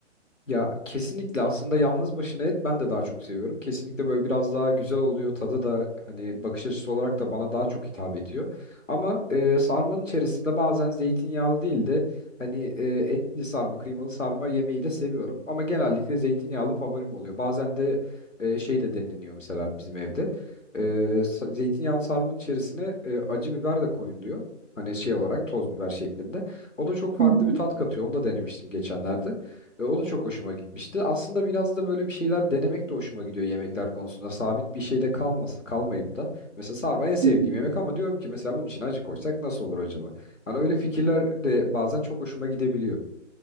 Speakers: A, on the left; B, on the right.
A: Ya kesinlikle aslında yalnız başına et ben de daha çok seviyorum. Kesinlikle böyle biraz daha güzel oluyor. Tadı da hani bakış açısı olarak da bana daha çok hitap ediyor. Ama e, sarmanın içerisinde bazen zeytinyağlı değil de hani e, etli sarma, kıymalı sarma yemeği de seviyorum. Ama genellikle zeytinyağlı favorim oluyor. Bazen de e, şey de deniliyor mesela bizim evde. E, sa- zeytinyağlı sarmanın içerisine e, acı biber de koyuluyor. Hani şey olarak toz biber şeklinde. O da çok farklı
B: Hı hı.
A: bir tat katıyor. Onu da denemiştim geçenlerde. Ve o da çok hoşuma gitmişti. Aslında biraz da böyle bir şeyler denemek de hoşuma gidiyor yemekler konusunda. Sabit bir şeyde kalması, kalmayıp da. Mesela sarma en sevdiğim
B: Hı hı.
A: yemek ama diyorum ki mesela bunun için acı koysak nasıl olur acaba? Hani öyle fikirler de bazen çok hoşuma gidebiliyor.